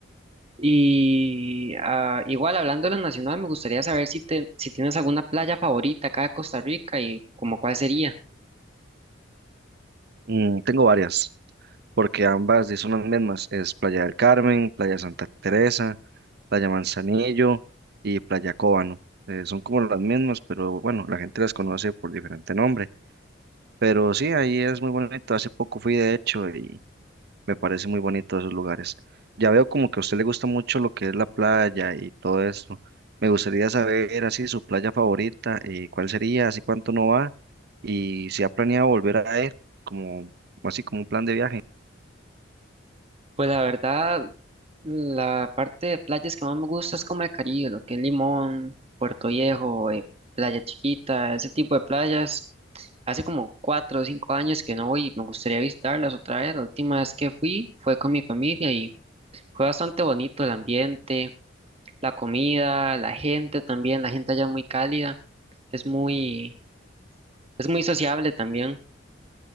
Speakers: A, on the right; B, on the right.
A: Y ah, igual hablando de lo nacional, me gustaría saber si, te, si tienes alguna playa favorita acá de Costa Rica y como cuál sería.
B: Mm, tengo varias, porque ambas sí son las mismas. Es Playa del Carmen, Playa Santa Teresa, Playa Manzanillo y Playa Cóbano. Eh, son como las mismas, pero bueno, la gente las conoce por diferente nombre. Pero sí, ahí es muy bonito. Hace poco fui, de hecho, me parece muy bonito esos lugares. Ya veo como que a usted le gusta mucho lo que es la playa y todo esto. Me gustaría saber así su playa favorita, eh, cuál sería, así cuánto no va y si ha planeado volver a ir, como así como un plan de viaje.
A: Pues la verdad, la parte de playas que más me gusta es como el Caribe, lo que es Limón, Puerto Viejo, eh, Playa Chiquita, ese tipo de playas. Hace como cuatro o cinco años que no voy y me gustaría visitarlas otra vez. La última vez que fui fue con mi familia y fue bastante bonito el ambiente, la comida, la gente también. La gente allá es muy cálida, es muy, es muy sociable también.